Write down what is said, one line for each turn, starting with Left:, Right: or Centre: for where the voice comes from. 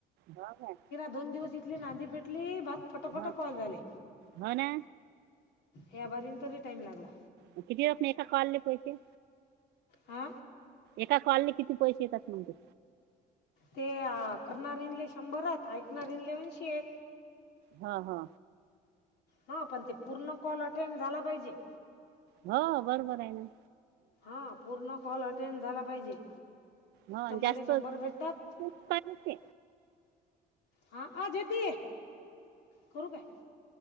Right: हाव काय?
Left: दोन दिवस इथली नांदी पेटली बात फटाफट
Right: हो
Left: कॉल झाले.
Right: हो ना
Left: या बारीने तरी टाइम लागला.
Right: म किती आपने एका कॉल ले पैशे?
Left: हा.
Right: एका कॉलले किती पैशे येतात म्हणजे.
Left: ते आ करणारीनले शंभरात ऐकणार इनले ऐंशी आहे.
Right: हा हा.
Left: हो पण ते पूर्ण कॉल अटेंड झाला पाहिजे.
Right: हो बरोबर आहे ना.
Left: हा पूर्ण कॉल अटेंड झाला पाहिजे.
Right: हो आणि
Left: त मले
Right: जास्त
Left: शंभर भेटतात.
Right: जास्त काय नसते
Left: हा आ जतीय करू काय